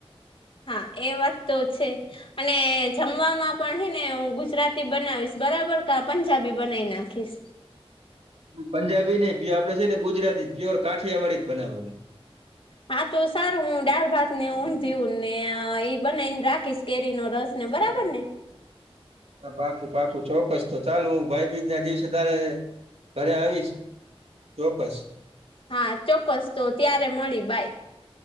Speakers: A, on the left; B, on the right.
A: હા એ વાત તો છે અને જમવામાં પણ હૈ ને હું ગુજરાતી બનાવીશ બરાબર ક પંજાબી બનાવી નાખીશ
B: પંજાબી નને પ આપે છે ને ગુજરાતી જ પ્યોર કાઠિયા વાડીી જ બનાવવાનું
A: હા, તો સારું હું ડાળ ભાત ને ઊંધી ને એ બનાવી ને રાખીશ. કેરી નો રસ ને બરાબર ને
B: પાકું પાકું ચોક્કસ તો ચાલુ હું ભાઈ બીજ ના દિવસે તારે ઘરે આવીશ. ચોકસ
A: હા, ચોક્કસ તો ત્યારે મળી બાાય.